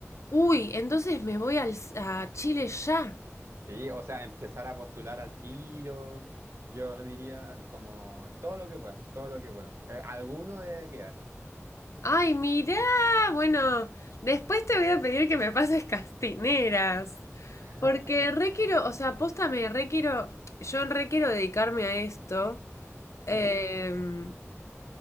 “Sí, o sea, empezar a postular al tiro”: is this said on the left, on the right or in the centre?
Right